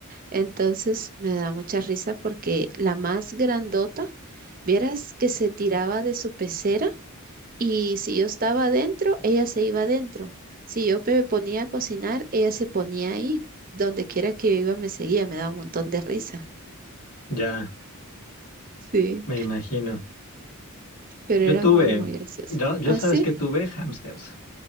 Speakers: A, on the right; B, on the left.
A: Entonces me da mucha risa porque la más grandota, vieras que se tiraba de su pecera y si yo estaba adentro, ella se iba adentro. Si yo me ponía a cocinar, ella se ponía ahí. Donde quiera que yo iba, me seguía, me daba un montón de risa.
B: Ya,
A: Sí,
B: me imagino.
A: pero
B: Yo
A: era
B: tuve,
A: muy, muy graciosa.
B: yo, yo
A: ¿Ah,
B: sabes
A: sí?
B: que tuve hamsters.